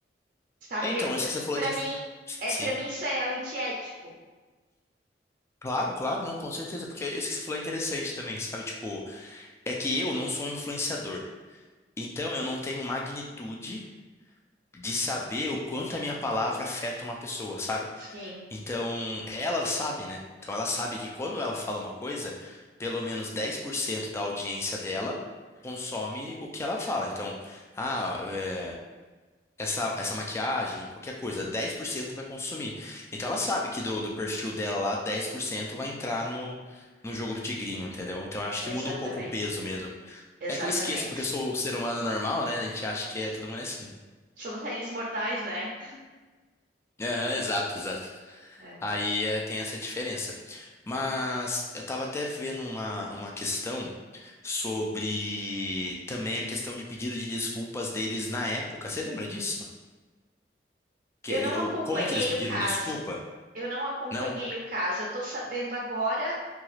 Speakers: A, on the right; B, on the left.
A: sabe?
B: É, Então, mas isso que você falou
A: Para
B: de. inf-
A: mim, é,
B: Sim.
A: para mim isso é antiético.
B: Claro, claro, não, com certeza, porque isso que você falou é interessante também, sabe? Tipo, é que eu não sou um influenciador. Então eu não tenho magnitude de saber o quanto a minha palavra afeta uma pessoa, sabe?
A: Sim,
B: Então ela sabe, né? Então ela sabe que quando ela fala uma coisa, pelo menos 10% da audiência dela consome o que ela fala. Então, ah, é, essa, essa maquiagem, qualquer coisa, 10% vai consumir. Então ela sabe que do, do perfil dela lá, 10% vai entrar no, no jogo do tigrinho, entendeu? Então eu acho
A: exatamente.
B: que muda um pouco o peso mesmo.
A: Exatamente.
B: É que eu esqueço, porque eu sou um ser humano normal, né? A gente acha que é todo mundo é assim, né?
A: Somos réis mortais, né?
B: Aham, exato, exato.
A: É.
B: Aí é, tem essa diferença. Mas eu tava até vendo uma, uma questão sobre também a questão de pedido de desculpas deles na época. Você lembra disso? Que
A: Eu
B: ele-
A: não
B: o-
A: acompanhei
B: como que eles pediram
A: o caso.
B: desculpa?
A: Eu não acompanhei
B: Não?
A: o caso. Eu tô sabendo agora